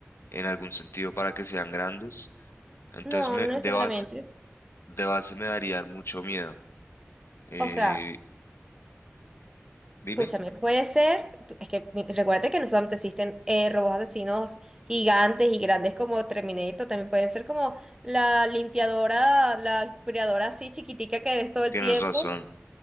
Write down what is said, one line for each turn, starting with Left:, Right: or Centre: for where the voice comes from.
Left: en algún sentido para que sean grandes. Entonces,
Right: No,
Left: me,
Right: no necesariamente.
Left: de base, de base me darían mucho miedo. Eh,
Right: O sea,
Left: dime,
Right: escúchame, puede ser, tú- es que mi- recuérdate que no solamente existen eh, robots asesinos gigantes y grandes como Terminator, también pueden ser como la limpiadora, la aspiradora así chiquitica que ves todo el
Left: tienes
Right: tiempo.
Left: razón,